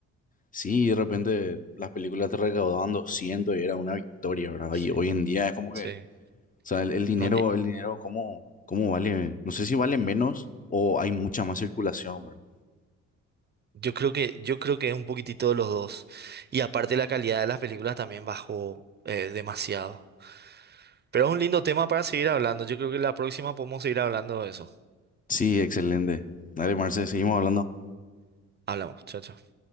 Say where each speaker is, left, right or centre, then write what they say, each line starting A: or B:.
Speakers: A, on the left; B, on the right.
A: Sí, de repente las películas te recaudaban 200 y era una victoria, ¿verdad?
B: Sí,
A: Y hoy en día es como
B: sí.
A: que, o sea, el, el dinero,
B: No
A: el dinero, ¿cómo, cómo vale? No sé si vale menos o hay mucha más circulación, ¿verdad?
B: Yo creo que, yo creo que es un poquitito de los dos. Y aparte la calidad de las películas también bajó eh, demasiado. Pero es un lindo tema para seguir hablando. Yo creo que la próxima podemos seguir hablando de eso.
A: Sí, excelente. Dale, Marce, seguimos hablando.
B: Hablamos. Chao, chao.